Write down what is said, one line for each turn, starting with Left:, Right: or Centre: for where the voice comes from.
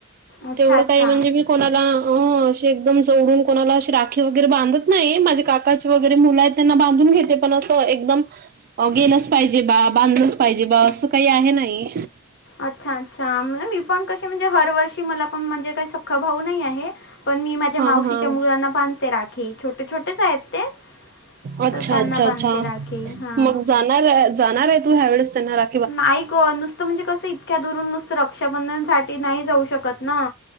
Left: अच्छा
Right: तेवढं
Left: अच्छा
Right: काही म्हणजे मी कोणाला <unintelligible> जे एकदम जोडून कोणाला अशी राखी वगैरे बांधत नाही माझे काकाचे वगैरे मुलं आहेत त्यांना बांधून घेते पण असं एकदम गेलंच पाहिजे बा बांधलंच पाहिजे बा असं काही आहे नाही.
Left: अच्छा अच्छा मी पण कशे म्हणजे हर वर्षी मला पण म्हणजे काही सख्खा भाऊ नाही आहे पण मी माझ्या
Right: हा
Left: मावशीच्या
Right: हा
Left: मुलांना बांधते राखी छोटे छोटेच आहेत ते.
Right: अच्छा
Left: तर त्यांना
Right: अच्छा अच्छा
Left: बांधते राखी हां
Right: मग जाणार जाणार आहे तू ह्यावेेळेस त्यांना रा
Left: नाही ग, नुसतं म्हणजे कसं इतक्या दुरून नुसतं रक्षाबंधन साठी नाही जाऊ शकत ना?